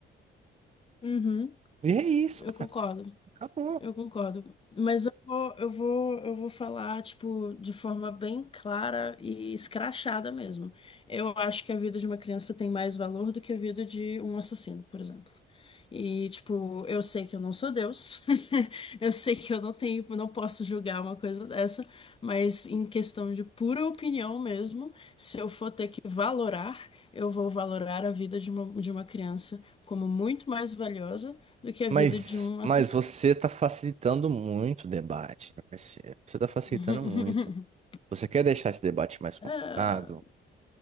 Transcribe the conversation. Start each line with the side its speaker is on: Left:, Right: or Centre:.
Left: uhum,
Right: E é isso,
Left: eu concordo.
Right: cara. Acabou.
Left: Eu concordo, mas eu vou, eu vou, eu vou falar, tipo, de forma bem clara e escrachada mesmo. Eu acho que a vida de uma criança tem mais valor do que a vida de um assassino, por exemplo. E, tipo, eu sei que eu não sou Deus, <laughs> eu sei que eu não tenho, não posso julgar uma coisa dessa, mas em questão de pura opinião mesmo, se eu for ter que valorar, eu vou valorar a vida de uma, de uma criança como muito mais valiosa do que a vida
Right: Mas,
Left: de um assassino.
Right: mas você está facilitando muito o debate, meu parceiro. Você está facilitando
Left: <laughs>
Right: muito. Você quer deixar esse debate mais complicado?
Left: Ah,